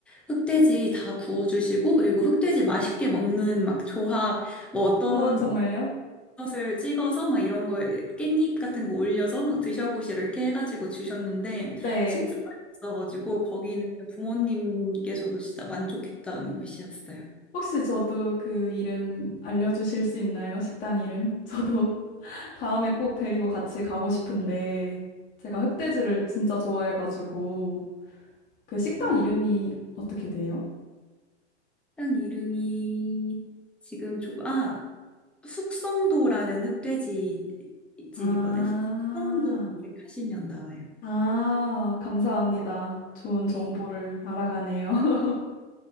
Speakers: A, in the centre; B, on the left (about 25°).
A: 흑돼지 다 구워주시고 그리고 흑돼지 맛있게 먹는 막 조합 뭐 어떤
B: 어, 정말요?
A: 것을 찍어서 막 이런 거 깻잎 같은 거 올려서 막 드셔보시라 이렇게 해가지고 주셨는데
B: 네.
A: 진짜 맛있어가지고 거기는 부모님께서도 진짜 만족했던 곳이었어요.
B: 혹시 저도 그 이름 알려주실 수 있나요? 식당 이름? <laughs> 저도 다음에 꼭 데리고 같이 가고 싶은데 제가 흑돼지를 진짜 좋아해가지고 그 식당
A: 아,
B: 이름이 어떻게 돼요?
A: 식당 이름이 지금 조금 아 숙성도라는 흑돼지 집이거든.
B: 아,
A: 숙성도 검색하시면 나와요.
B: 아, 감사합니다.
A: 어,
B: 좋은
A: 네.
B: 정보를 알아가네요. <laughs>